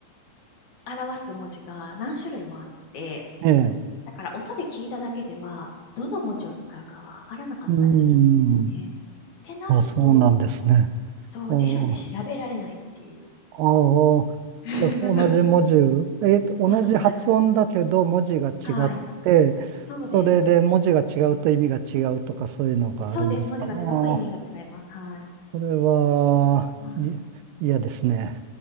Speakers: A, on the left; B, on the right.
A: 表す文字が何種類もあって、
B: ええ、
A: だから音で聞いただけでは、どの文字を使うかわからなかったりするんですよね。
B: うん。
A: ってなると、
B: あ、そうなんですね。
A: その、そう、
B: お
A: 辞書で調べられないっていう。
B: ああ、
A: <laughs>
B: じゃあ同じ文字、えーと、同じ発音だけど文字が違って、
A: はい。はい。そうです。
B: それで文字が違うと意味が違うとかそういうのがあるんですかああ、
A: そうです。文字が違うと意味が違います。はい。
B: それは、
A: はい。
B: い、嫌ですね。